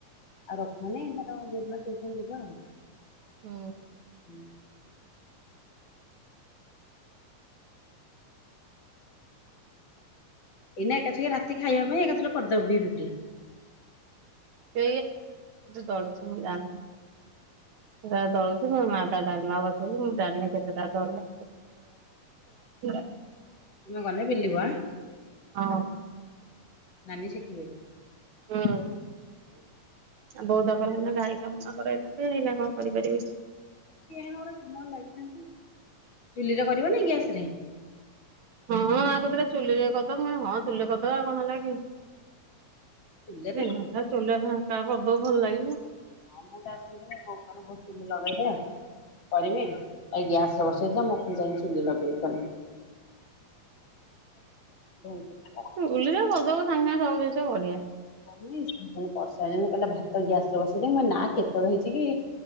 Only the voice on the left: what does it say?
ଆଉ ରଖନେଇ ତାର ଯଉଦିନ ଯିବା ଆଉ।
ହୁଁ ଏଇନା ଏକାଛେକେ ରାତି ଖାଇବା ପାଇଁ ଏକାଛଥରେ କରିଦବ ବି ରୁଟି।
ତମେ ଗଲେ ବୁଲିବ ଆଁ
ନାନି ଶିଖିବେ।
ହୁଁ
ଚୁଲିରେ କରିବ ନା ଗ୍ୟାସ ରେ
ଚୁଲିରେ ତ
ହଉ ମୁଁ ତ ଆସିଲିଣି <unintelligible> ବଉ ଚୁଲି ଲଗେଇଦେ। କରିମି ଏଇ ଗ୍ୟାସରେ ବସେଇଥିଲା ମୁଁ ପଣି ଯାଇ ଚୁଲି ଲଗେଇ କଲି। <inaudible>
<unintelligible> କିହିଲା ଭାତ ଗ୍ୟାସ ରେ ବସେଇଦି ମୋ ନାଁ କେତେବେଳ ହେଇଛି କି।